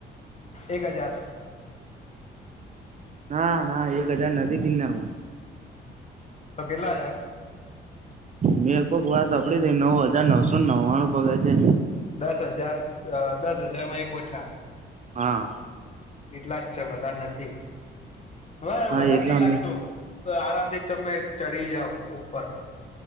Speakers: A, on the left; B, on the right.
A: એક હજાર
B: ના ના એક હજાર નથી ગીરનારમા
A: તો કેટલા છે
B: મેં એક વાત સાભડી હતી નવ હજાર નવસો નવ્વાણું પગે છે
A: દસ હજાર દસ હજારમાં એક ઓછા-
B: હા
A: એટલા જ છે વધારે નથી હવે
B: હા
A: વધારે
B: એટલા
A: નહ લાગતો
B: અમે
A: આરામ થી તમે ચડી જાવ ઉપર.